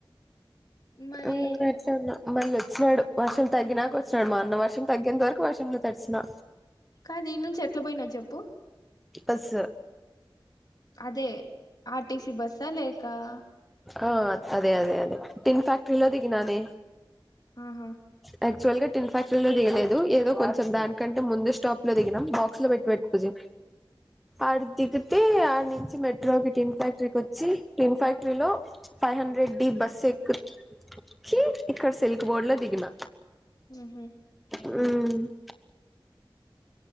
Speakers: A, on the left (about 50°); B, in the centre.
A: మరి
B: ఉమ్ వచన్నా మళ్ళీ వచ్చినాడు వర్షం తగ్గినాక వచ్చినాడు మా అన్న వర్షం తగ్గేంత వరకు వర్షంలో తడిచినా
A: కాదు ఇడ్ నుంచి ఎట్లా పోయినవు చెప్పు
B: పస్స
A: అదే ఆర్టిసీ బస్స్ అ లేక అ
B: ఆ అదే అదే అదే టిన్ ఫ్యాక్టరీలో దిగిననే
A: ఆహా
B: యాక్చువల్ గా టిన్ ఫ్యాక్టరీ లో దిగలేదు ఏదో కొంచం దానికంటే ముందు స్టాప్ లో దిగినం బాక్స్ లో పెట్టి ఆడు దిగితే ఆనుంచి మెట్ <unintelligible> టీన్ ఫ్యాక్టరీకి వచ్చి టీన్ ఫ్యాక్టరీ లో ఫై హండ్రెడ్ డి బస్ ఎక్కు చ్చి ఇక్కడ సిల్క్ బోర్డ్ లో దిగిన
A: మ్ హు
B: ఉమ్